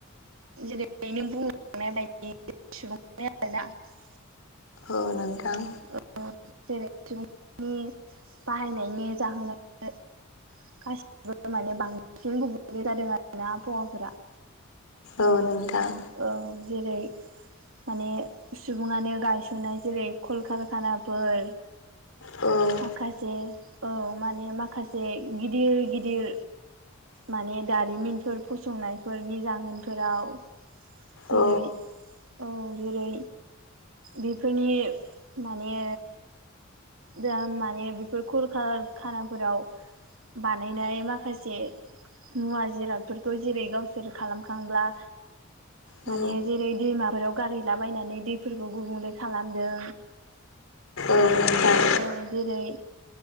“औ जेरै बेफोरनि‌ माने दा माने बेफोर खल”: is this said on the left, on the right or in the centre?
Right